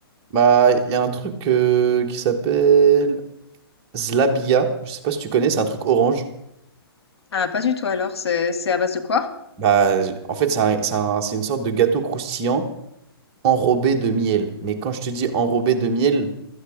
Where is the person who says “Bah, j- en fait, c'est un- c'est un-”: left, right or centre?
Right